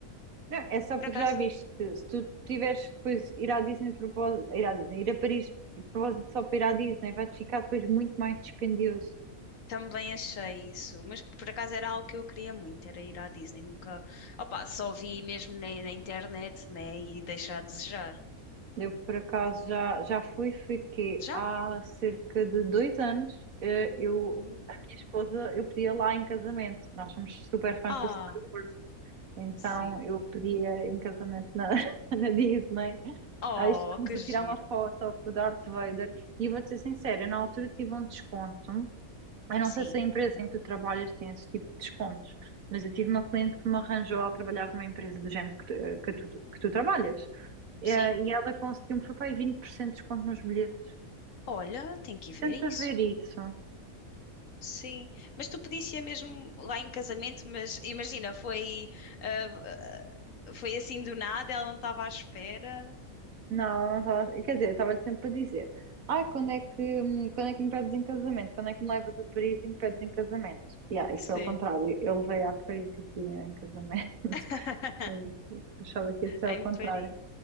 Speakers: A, on the right (about 70°); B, on the left (about 65°).
A: Não, é só
B: Por
A: porque
B: acaso
A: já viste, se tu tiveres que depois ir à Disney de propósito, ir à Disney, ir a Paris de propósito só para ir à Disney, vai-te ficar depois muito mais dispendioso.
B: também achei isso, mas por acaso era algo que eu queria muito, era ir à Disney. Nunca, opa, só vi mesmo na, na internet, né? E deixar a desejar.
A: Eu, por acaso, já, já fui, fiquei
B: Já?
A: há cerca de dois anos. eh, Eu,
B: Uh.
A: a minha esposa, eu pedia lá em casamento. Nós somos super fãs
B: Ah.
A: do Star Wars, então
B: Sim.
A: eu pedia em casamento na, <laughs> na Disney.
B: Oh,
A: Aí estávamos
B: que
A: a
B: giro.
A: tirar uma foto com o Darth Vader. E eu vou-te ser sincera, eu na altura tive um desconto Eu não
B: Sim,
A: sei se a empresa em que tu trabalhas tem esse tipo de descontos, mas eu tive uma cliente que me arranjou, ela trabalhava numa empresa do género que, tu, que tu- que tu trabalhas, Eh,
B: sim.
A: e ela conseguiu-me, foi para aí 20% de desconto nos bilhetes.
B: Olha, tem que ir ver
A: Tenta
B: isso.
A: ver isso.
B: Sim. Mas tu podias ir mesmo lá em casamento, mas imagina, foi, ah, ah, foi assim do nada, ela não estava à espera.
A: Não, não tava- quer dizer, eu estava-lhe sempre a dizer, ai, quando é que, hum, quando é que me pedes em casamento? Quando é que me levas a Paris e me pedes em casamento? Yeah, e
B: Sim.
A: foi ao contrário, eu levei a Paris e tinha em casamento. <laughs>
B: <laughs>
A: Eu achava que ia ser ao
B: Em
A: contrário.
B: Paris.